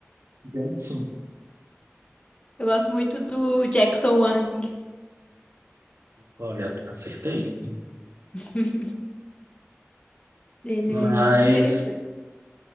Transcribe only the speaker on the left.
Eu gosto muito do Jackson Wang.
<laughs> Ele
é interessante.